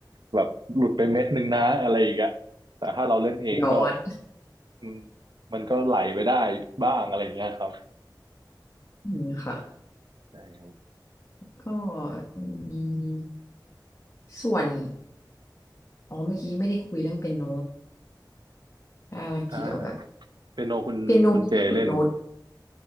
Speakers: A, on the right; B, on the left.
A: แบบหลุดไปเม็ดหนึ่งนะอะไรอย่างเงี้ยแต่ถ้าเราเล่นเองก็
B: ย้อน
A: อืมมันก็ไหลไปได้บ้างอะไรอย่างเงี้ยครับ
B: อืมค่ะ
A: ใช่ครับ
B: ก็อืมส่วนอ๋อเมื่อกี้ไม่ได้คุยเรื่องเปียโนอ่ากำลังคิดว่าแบบ
A: อ่าเปียโนคุณคุณเจเล่น
B: เปียโนมันได้ฝึกโน้ต